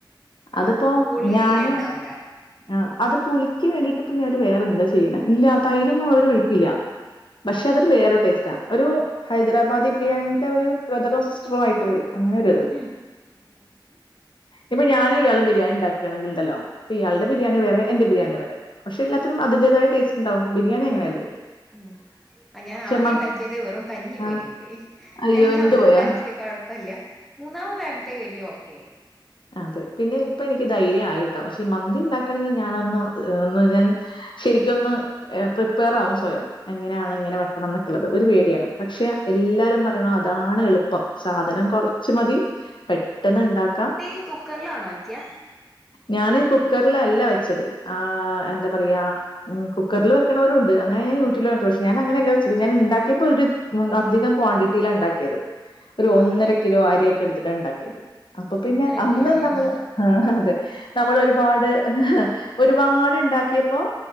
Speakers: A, in the centre; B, on the left.
A: ആ
B: അത്പ്പോ
A: അപ്പൊ പുളി
B: ഞാനും
A: തീരെ ഉണ്ടാവൂല
B: ആഹ് അത് പുളിക്ക് വേണ്ടിട്ട്പ്പഞ്ഞവര് വേറെ എന്താ ചെയ്യ്ണെ ഇല്ലാ തൈരൊന്നും അവര് ഒഴിക്കില്ല പക്ഷേ അതൊരു വേറൊരു ടേസ്റ്റാ ഒരു ഹൈദരാബാദി ബിരിയാണിന്റെ ഒരു ബ്രദറോ സിസ്റ്ററോ ആയിട്ട് വെരും അങ്ങനെ ഒരു ഇത്
A: ഉം
B: ഇപ്പൊ ഞാനും ഇയാളും ബിരിയാണി ഇണ്ടാക്കാണെങ്കിൽ ഇണ്ടല്ലോ ഇപ്പ ഇയാള്ടെ
A: ഉം
B: ബിരിയാണി വേറെ എന്റെ ബിരിയാണി വേറേ പക്ഷെ എല്ലാത്തിനും അതിന്റെതായ ടേസ്റ്റ്ണ്ടാവും ബിരിയാണി അങ്ങനെയല്ലേ?
A: ഉം ആഹ് ഞാൻ
B: പക്ഷെ
A: ആദ്യം
B: മ-
A: ഇണ്ടാക്കിയത് വെറും കഞ്ഞി പോലെ
B: ആ,
A: ആയിപോയി
B: അയ്യോ
A: രണ്ടാമത്
B: എന്ത് പോയാ
A: ഇണ്ടാക്കിയെ കൊഴപ്പല്ല മൂന്നാമതായപഴത്തേക്ക് എല്ല്യോ ഓക്കെ ആയി
B: അത് പിന്നെ ഇപ്പ എനിക്ക്യ് ധൈര്യം ആയിട്ടോ പക്ഷേ മന്തി ഇണ്ടാക്കണെങ്കി ഞാനൊന്ന് ഒന്ന് ഞാൻ ശരിക്കൊന്ന് ഏഹ് പ്രിപ്പേയർ ആവും സ്വയം. എങ്ങനെയാണ്
A: ആ
B: ഇങ്ങനെ വെക്കണെന്ന് ള്ളത് ഒരു പേടിയാണ് പക്ഷേ എല്ലാരും പറിണോ അതാണ് എളുപ്പം സാധനം കൊറച്ച് മതി പെട്ടെന്ന് ഇണ്ടാക്കാം
A: ഈ കുക്കറ്ലാണോ വെക്ക്യാ
B: ഞാന് കുക്കറ്ല്ലല്ല വെച്ചത് ആഹ് എന്താ പറയാ ഉം കുക്കറ്ല് വെക്ക്ണോരുണ്ട് അങ്ങനെ ഞാ യൂട്യൂബില് കണ്ട് പക്ഷേ ഞാന അങ്ങനെയല്ല വെച്ചത് ഞാൻ ഇണ്ടാക്കിയപ്പോ ഒര് ഉം അധികം ക്വാണ്ടിറ്റിയിലാ ഇണ്ടാക്കിയത് ഒരു ഒന്നര
A: ആ
B: കിലോ അരിയൊക്കെ ഇട്ത്തിട്ടാ ഇണ്ടാക്കിയത് അപ്പോ പിന്നെ
A: ഒന്നര
B: ഇന്ന്
A: കിലോയോ
B: നമ്മള് ആഹ് അതെ നമ്മളൊര്പാട് ഒരുപാട് ഇണ്ടാക്കിയപ്പോ